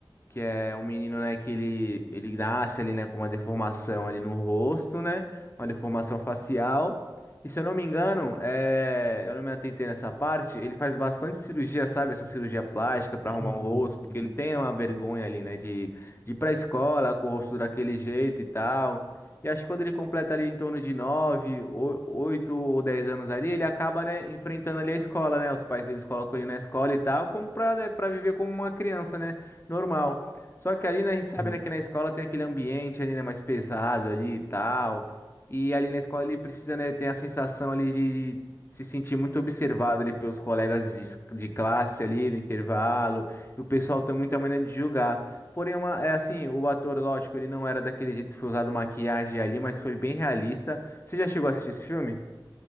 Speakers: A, on the left; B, in the centre.
A: que é um menino, né, que ele, ele nasce ali, né, com uma deformação ali no rosto, né, uma deformação facial. E se eu não me engano, é, eu não me atentei nessa parte, ele faz bastante cirurgia, sabe, essa cirurgia plástica para
B: Sim,
A: arrumar o rosto, porque
B: sim.
A: ele tem uma vergonha ali, né, de, de ir pra escola com o rosto daquele jeito e tal. E acho que quando ele completa ali em torno de 9, 8 ou 10 anos ali, ele acaba, né, enfrentando ali a escola, né? Os pais deles colocam ele na escola e tal, como pra, né, pra viver como uma criança, né? normal. Só que ali, né, a gente sabe,
B: sim.
A: né, que na escola tem aquele ambiente ali, né, mais pesado ali e tal. E ali na escola ele precisa, né, ter a sensação ali de, de se sentir muito observado ali pelos colegas de, es- de classe ali no intervalo. E o pessoal tem muita maneira de julgar. Porém, é uma, é assim, o ator, lógico, ele não era daquele jeito, foi usado maquiagem ali, mas foi bem realista. Você já chegou a assistir esse filme?